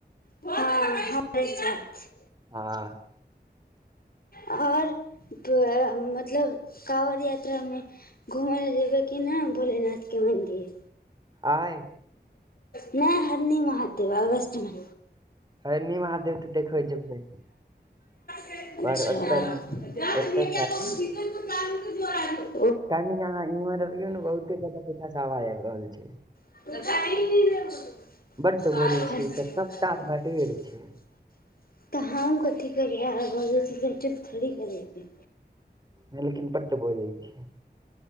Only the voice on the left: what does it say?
हँ हमरे साथ
आओर तु मतलब काँवड़िया यात्रामे घुमै लए जेबै कि नहि भोलेनाथके मन्दिर
नहि हरनी महदेव अगस्तमे
<unintelligible>
<unintelligible>
तऽ हम कथी करबै आर जे से चुप थोरे करैबे